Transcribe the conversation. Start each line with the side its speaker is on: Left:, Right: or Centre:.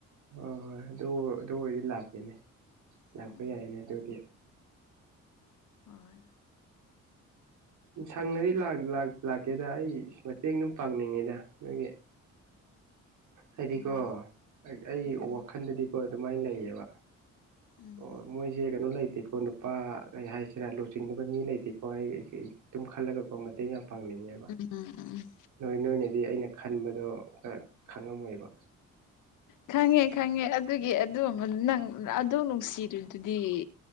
Right: ꯍꯣꯏ ꯍꯣꯏ ꯑꯗꯨ ꯑꯗꯨ ꯑꯣꯏꯔꯗꯤ ꯂꯥꯛꯀꯦꯅꯦ ꯂꯥꯛꯄ
Left: ꯎꯝ
Right: ꯌꯥꯏꯅꯦ ꯑꯗꯨꯗꯤ
Left: ꯍꯣꯏ
Right: ꯁꯪꯉꯗꯤ ꯂꯥꯛꯀꯦꯗ ꯑꯩ ꯃꯇꯦꯡ ꯑꯗꯨꯝ ꯄꯥꯡꯅꯤꯡꯉꯤꯗ ꯅꯣꯏꯒꯤ ꯍꯥꯏꯗꯤꯀꯣ
Left: ꯎꯝ
Right: ꯑꯩ
Left: ꯎꯝ
Right: ꯋꯥꯈꯜꯗꯗꯤꯀꯣ ꯑꯗꯨꯃꯥꯏꯅ ꯂꯩꯌꯦꯕ
Left: ꯎꯝ
Right: ꯑꯣ ꯃꯣꯏꯁꯦ ꯀꯩꯅꯣ ꯂꯩꯇꯦ ꯀꯣꯟꯅ ꯅꯨꯄꯥ ꯀꯩ ꯍꯥꯏꯁꯤꯔꯥ ꯂꯨꯆꯤꯡꯅꯕ ꯃꯤ ꯂꯩꯇꯦꯀꯣ ꯑꯩ ꯑꯗꯨꯨꯝ ꯈꯜꯂꯒꯄ ꯃꯇꯦꯡ ꯌꯥꯝ ꯄꯥꯡꯅꯤꯡꯉꯦꯕ
Left: ꯎꯝ ꯎꯝ
Right: ꯅꯣꯏ ꯅꯣꯏꯅꯗꯤ ꯑꯩꯅ ꯈꯟꯕꯗꯣ ꯈꯪꯉꯝꯃꯣꯏꯕ
Left: ꯈꯪꯉꯦ ꯈꯪꯉꯦ ꯑꯗꯨꯒꯤ ꯑꯗꯨ ꯅꯪ ꯑꯗꯨꯝ ꯅꯨꯡꯁꯤꯗꯨꯗꯤ